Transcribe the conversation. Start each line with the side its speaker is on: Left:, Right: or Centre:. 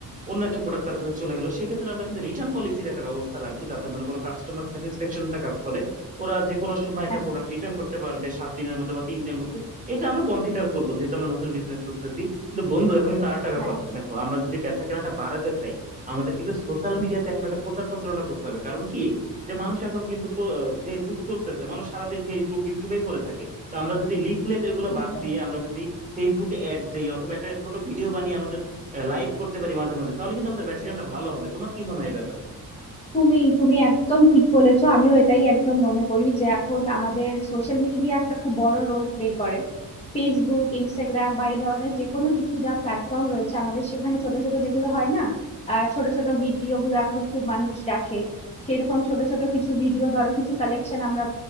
Right: অন্য একটা প্রোডাক্ট তার কাছে চলে গেল সেক্ষেত্রে আমরা কিন্তু রিটার্ন পলিসির একটা ব্যবস্থা রাখবো যাতে মনে করো কাস্টমার স্যাটিসফ্যাকশনটা কাজ করে ওরা যে কোনো সময় একটা
Left: একদম
Right: প্রোডাক্ট রিটার্ন করতে পারবে সাত দিনের মধ্যে বা তিন দিনের মধ্যে এটা আমরা কনসিডার করবো যেহেতু আমরা নতুন বিজনেস করতেছি কিন্তু বন্ধু এখন কিন্তু আরেকটা ব্যাপার
Left: হ্যাঁ
Right: আছে দেখো আমরা যদি বেচা কেনাটা বাড়াতে চাই আমাদের কিন্তু সোশ্যাল মিডিয়াতে এখন একটা প্রচার প্রচারণা করতে হবে কারণ কি যে মানুষ এখন কিন্তু প- যে যুগ চলতেছে মানুষ সারাদিন ফেসবুক ইউটিউবেই পড়ে থাকে তো আমরা যদি লিফলেট এগুলো বাদ
Left: একদম
Right: দিয়ে আমরা যদি ফেসবুকে অ্যাড দেই অথবা একটা ছোট ভিডিও বানিয়ে আমাদের লাইভ করতে পারি মাঝে মাঝে তাহলে কিন্তু আমাদের বেচাকেনাটা ভালো হবে তোমার কি মনে হয় এই ব্যাপারে
Left: তুমি তুমি একদম ঠিক বলেছো আমিও এটাই একদম মনে করি যে এখন আমাদের সোশ্যাল মিডিয়া একটা খুব বড় রোল প্লে করে ফেসবুক ইনস্টাগ্রাম বা এই ধরনের যে কোনো কিছু যা প্ল্যাটফর্ম রয়েছে আমাদের সেখানে ছোট ছোট যেগুলো হয় না আহ, ছোট ছোট ভিডিও গুলো এখন খুব মানুষ দেখে সেরকম ছোট ছোট কিছু ভিডিও ধরো কিছু কালেকশন আমরা